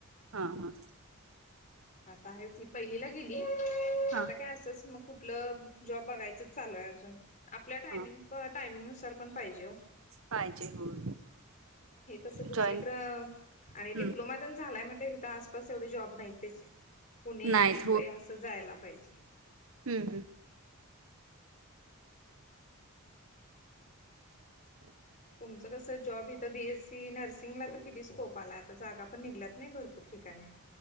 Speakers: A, on the right; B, on the left.
A: हां हां,
B: आता आहे. ती पहिलीला गेली. आता
A: हां,
B: काय असच. मग कुठलं जॉब बघायचच चालूय अजून आपल्या टायमिंग
A: हां.
B: ब टायमिंगनुसार पण पाहिजे ओ.
A: पाहिजे होय.
B: हे कसं दुसरीकडं
A: जॉइन
B: आणि
A: हं.
B: डिप्लोमा तेन झालाय म्हटल्यावर इथं आसपास एवढे जॉब नाहीत त्याचे पुणे,
A: नाहीत
B: मुंबई असं जायला पाहिजे.
A: हम् हम्
B: तुमचं कसं जॉब इथं बी एस सी, नर्सिंगला तर किती स्कोप आलाय आता जागा पण निघल्यात नाही. भरपूर ठिकाणी